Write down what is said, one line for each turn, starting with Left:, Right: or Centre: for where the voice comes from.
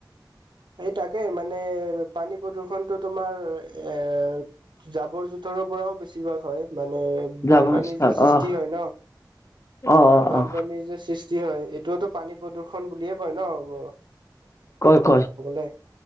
Right: সেই তাকে মানে পানী প্ৰদূ্ষনতটো তোমাৰ এ জাবৰ জোথৰ ৰুৰ পৰাও বেছিভাগ হয় মানে
Left: জাবৰ
Right: বানপানীৰ
Left: ছাল-
Right: যে সৃষ্টি
Left: অহ
Right: হয় ন'
Left: অ অ
Right: বানপানীৰ
Left: অ
Right: যে সৃষ্টি কি হয় এইটোওতো পানী প্ৰদূৰ্ষণ বুলিয়ে কয় ন'।
Left: ক ক
Right: হয়।